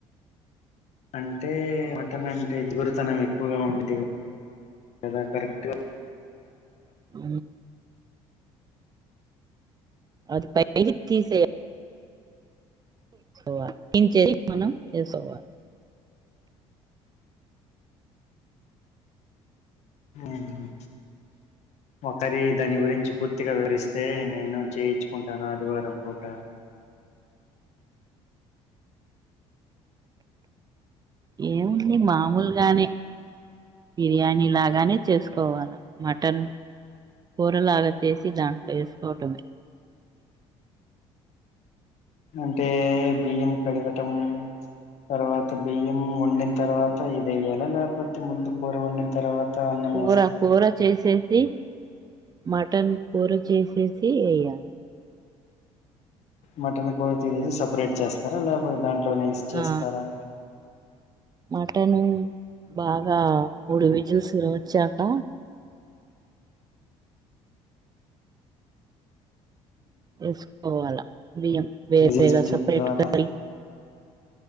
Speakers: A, on the left; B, on the right.
A: అంటే మటన్ అంటే దూరితనం ఎక్కువగా ఉండిది దా కరెక్ట్గా
B: ఉ అది బయటకి తీసేయ వా మనం చేసవ
A: అవును ఒకరి దాని గురించి పూర్తిగా వివరిస్తే నేను చేయిచ్చు కుంటాను ఆదివారం పూట
B: ఏముంది మామూలుగానే బిర్యానీ లాగానే చేసుకోవాల మటన్ కూరలాగా చేసి దాంట్లో వేసుకోవటమే
A: అంటే బియ్యం కడగటము
B: <inaudible>
A: తర్వాత బియ్యం వండిన తర్వాత ఇదియ్యాల లేకపోతే ముందు కూర వండిన తర్వాత అన్నం
B: కూర
A: వేస్త
B: కూర చేసేసి మటన్ కూర చేసేసి వేయాలి
A: మటన్ కోడి తీసేసి సపరేట్ చేస్తారా. లేకపోతే దాంట్లోనే ఇస్ చేస్తారా.
B: ఆ మటన్ బాగా మూడు విజల్స్ వచ్చాక వేసుకోవాలా బియ్యం వేరవేగా
A: విజిల్స్ వచ్చిన
B: సపరేటగా
A: తర్వాత